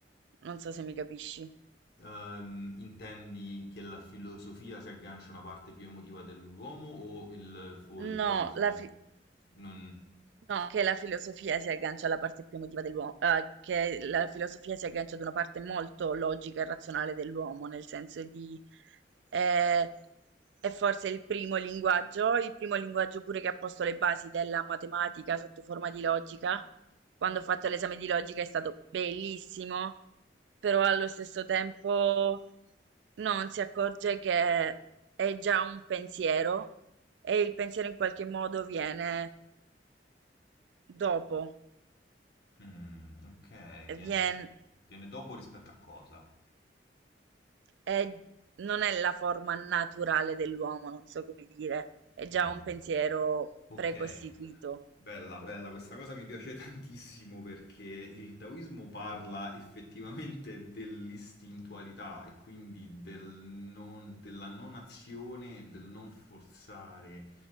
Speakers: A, on the right; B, on the left.
A: Non so se mi capisci.
B: Ehm, intendi che la filosofia si aggancia a una parte più emotiva dell'uomo o il, o il taoismo?
A: No, la, fi-
B: Non...
A: No, che la filosofia si aggancia alla parte più emotiva dell'uomo, eh, che la filosofia si aggancia ad una parte molto logica e razionale dell'uomo, nel senso di eh, è forse il primo linguaggio, il primo linguaggio pure che ha posto le basi della matematica sotto forma di logica. Quando ho fatto l'esame di logica è stato bellissimo, però allo stesso tempo non si accorge che è già un pensiero e il pensiero in qualche modo viene dopo.
B: Mm, ok,
A: vien-
B: viene, viene dopo rispetto a cosa?
A: è- non è la forma naturale dell'uomo, non so come dire, è già
B: Mm,
A: un pensiero
B: ok.
A: precostituito.
B: Bella, bella, questa cosa mi piace <laughs> tantissimo perché il taoismo parla effettivamente dell'istintualità e quindi del non- della non azione e del non forzare